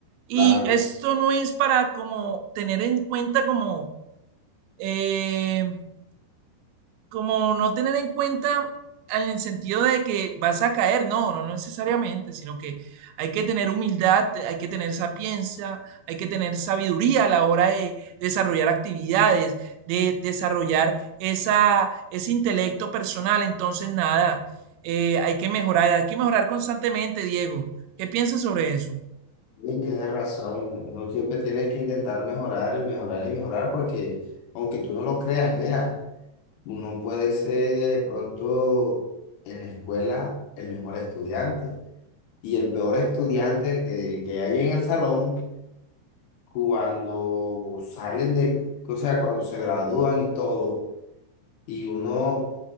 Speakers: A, on the right (about 90°); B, on the left (about 75°).
A: Y
B: Claro.
A: esto no es para como tener en cuenta como eh, como no tener en cuenta en el sentido de que vas a caer, no, no, no necesariamente, sino que hay que tener humildad, te- hay que tener sapiencia, hay que tener sabiduría a la hora de desarrollar actividades, de desarrollar esa, ese intelecto personal. Entonces, nada, eh, hay que mejorar, hay que mejorar constantemente, Diego. ¿Qué piensas sobre eso?
B: Sí, tienes razón, uno siempre tiene que intentar mejorar y mejorar y mejorar porque aunque tú no lo creas, mira, uno puede ser de pronto en la escuela el mejor estudiante y el peor estudiante que, que hay en el salón cuando salen de, o sea, cuando se gradúan y todo, y uno,